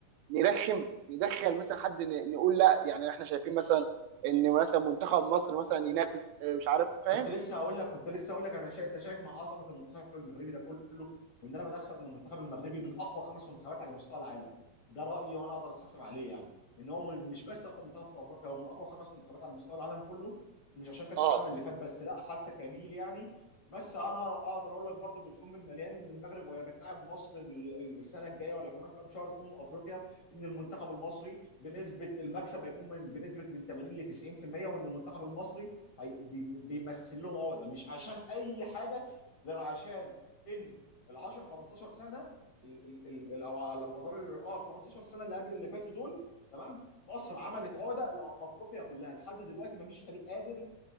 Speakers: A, on the right; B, on the left.
A: نرخم ندخل مثلا حد ن- نقول لا يعني احنا شايفين مثلا ان مثلا منتخب مصر مثلا ينافس آه، مش عارف فاهم
B: كنت لسه هقول لك كنت لسه هقول لك انا شا... انت شايف مع عظمه المنتخب المغربي ده كله وان انا بدخل ان المنتخب المغربي من اقوى خمس منتخبات على مستوى العالم ده رايي وانا اقدر اتحاسب عليه يعني ان هو من- مش بس اقوى منتخب في افريقيا هو من اقوى خمس منتخبات على مستوى العالم كله ومش عشان كاس
A: اه
B: العالم اللي فات بس لا حتى كجيل يعني بس انا اقدر اقول لك برضو بالفم المليان ان المغرب وهي بتلعب مصر ال- السنه الجايه ولا كمان كام شهر في امم افريقيا ان المنتخب المصري بنسبه المكسب هيكون من بنسبه من 80 ل 90% وان المنتخب المصري هي- بي- بيمثل لهم عقده مش عشان اي حاجه غير عشان ان ال 10 15 سنه ال ال ال ال- او على مدار ال- اه ال 15 سنه اللي قبل اللي فاتوا دول تمام مصر عملت عقده لافريقيا كلها لحد دلوقتي ما فيش فريق قادر